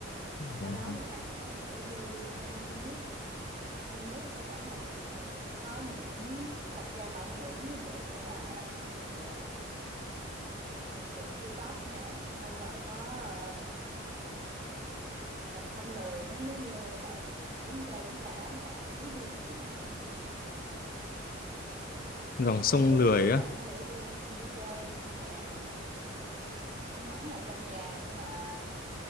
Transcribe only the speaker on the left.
Ồ,
Dòng sông
Lười
á